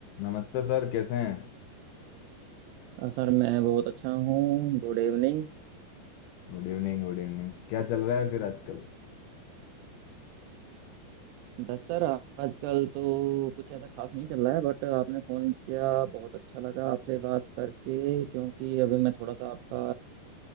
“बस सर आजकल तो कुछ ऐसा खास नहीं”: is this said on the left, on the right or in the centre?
Right